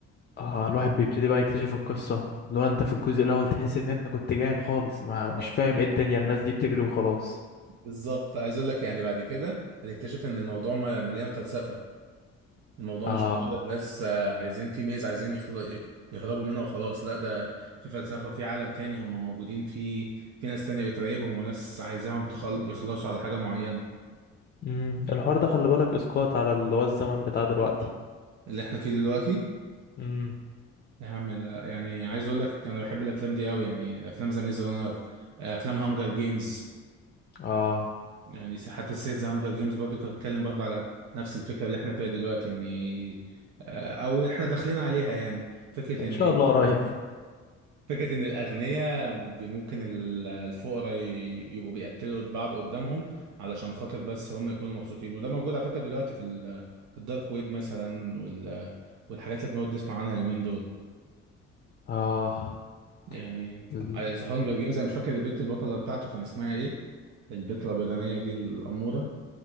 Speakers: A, on the left; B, on the right.
A: آه الواحد بيبتدي بقى يكتشف القصة لو انت في الجزء الاول تحس ان انت كنت جاهل خالص ما مش
B: اه
A: فاهم ايه الدنيا الناس دي بتجري وخلاص
B: بالظبط عايز أقول لك يعني بعد كده هتكتشف إن الموضوع م- مليان فلسفة الموضوع
A: اه
B: مش مجرد ناس آه، عايزين تيميز عايزين يخل... يهربوا منها وخلاص لا ده في فلسفة في عالم تاني هم موجودين فيه في ناس تانية بتراقبهم وناس عايزاهم تخل... يخلصوا على حاجة معينة
A: امم الحوار ده خلي بالك اسقاط على اللي هو الزمن بتاع دلوقتي
B: اللي احنا فيه دلوقتي
A: امم
B: يا عم لا يعني عايز اقول لك انا بحب الافلام دي قوي يعني افلام ذا ميز رانر افلام هانجر جيمز
A: اه
B: يعني س- حتى سلسله ذا هانجر جيمز برضو كانت بتتكلم برضو على نفس الفكره اللي احنا فيها دلوقتي ان آه، او احنا داخلين عليها يعني فكره
A: ان
B: ان
A: شاء الله
B: <laughs>
A: قريب
B: فكره ان الاغنياء ب- ممكن ال- الفقراء ي- يبقوا بيقتلوا بعض قدامهم علشان خاطر بس هم يكونوا مبسوطين وده موجود على فكره دلوقتي في ال- في الدارك ويب مثلا وال- والحاجات اللي بنقعد نسمع عنها اليومين دول
A: اه
B: يعني
A: ال-
B: ذا هانجر
A: ال-
B: جيمز انا مش فاكر البت البطله بتاعته كان اسمها ايه البت الابيضانيه دي الاموره